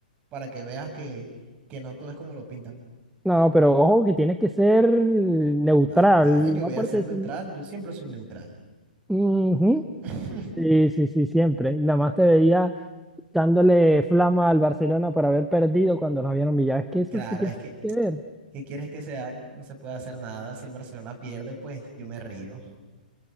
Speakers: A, on the right (about 25°); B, in the centre.
A: para que veas que, que no todo es como lo pintan.
B: No, pero ojo que tienes que ser neutral,
A: Dale, dale, yo
B: ¿no?
A: voy
B: Porque
A: a ser neutral,
B: si-
A: yo siempre soy neutral.
B: Ujú.
A: <laughs>
B: Sí, sí, sí, siempre. Nada más te veía dándole flama al Barcelona por haber perdido cuando nos vieron Villar. Es que eso
A: Claro,
B: sí que
A: es
B: tiene
A: que,
B: que ver.
A: ¿qué quieres que sea? No se puede hacer nada. Si el Barcelona pierde, pues yo me río.